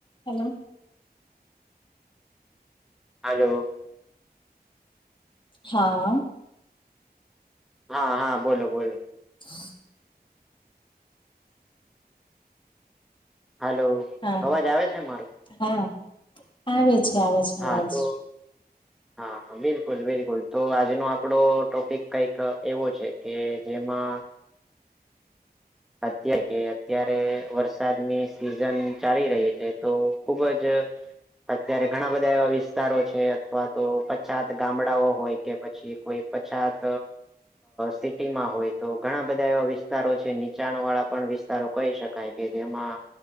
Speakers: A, on the left; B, in the centre.
A: Hello
B: hello.
A: હા.
B: હા હા બોલો બોલો.
A: હા
B: હલ્લો
A: હા
B: અવાજ આવે છે મારો
A: હા આવે છે આવે છે.
B: હા
A: અવાજ
B: તો હા હા. બિલકુલ બિલકુલ તો આજનો આપડો ટોપિક કઈક એવો છે કે જેમાં અત્યારે કે અત્યારે વરસાદની સિઝન ચાલી રહી છે તો ખુબ જ અત્યારે ઘણા બધા એવા વિસ્તારો છે અથવા તો પછાત ગામડાઓ હોય કે પછી કોઈ પછાત સિટી માં હોય તો ઘણા બધા એવા વિસ્તારો છે. વીચાણ વાળા પણ વિસ્તારો કહી શકાય કે જેમાં